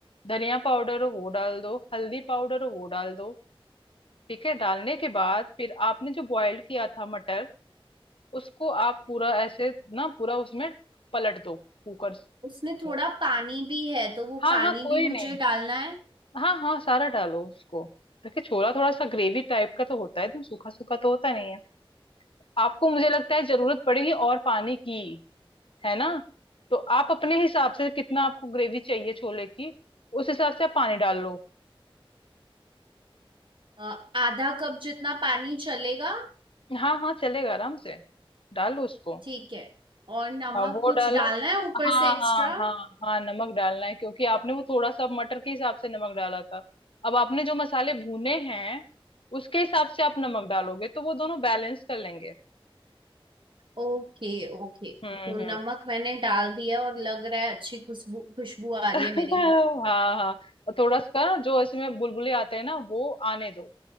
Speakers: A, on the left (about 65°); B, on the right (about 55°).
A: धनिया पाउडर हो वो डाल दो हल्दी पाउडर हो वो डाल दो ठीक है डालने के बाद फिर आपने जो बॉयल किया था मटर उसको आप पूरा ऐसे ना पूरा उसमें पलट दो कुकर
B: उसमें थोड़ा
A: में।
B: पानी भी है तो वो
A: हाँ
B: पानी
A: हाँ कोई
B: भी मुझे
A: नहीं
B: डालना है।
A: हाँ हाँ सारा डालो उसको देखिए छोला थोड़ा सा ग्रेवी टाइप का तो होता है एकदम सूखा सूखा तो होता नहीं है आपको मुझे लगता है जरूरत पड़ेगी और पानी की है ना तो आप अपने हिसाब से कितना आपको ग्रेवी चाहिए छोले की उस हिसाब से आप पानी डाल लो
B: अ, आधा कप जितना पानी चलेगा
A: हाँ हाँ चलेगा आराम से डालो उसको
B: ठीक है और नमक
A: हाँ वो
B: कुछ
A: डालो
B: डालना है ऊपर
A: हाँ
B: से एक्स्ट्रा
A: हाँ हाँ हाँ नमक डालना है क्योंकि आपने वो थोड़ा सा मटर के हिसाब से नमक डाला था अब आपने जो मसाले भुने हैं उसके हिसाब से आप नमक डालोगे तो वो दोनों बैलेंस कर लेंगे
B: ओके ओके
A: हम्म
B: तो
A: हम्म
B: नमक मैंने डाल दिया और लग रहा है अच्छी खुशबू खुशबू आ
A: <laughs>
B: रही है मेरी
A: हाँ हाँ और थोड़ा सा जो इसमें बुलबुले आते हैं ना वो आने दो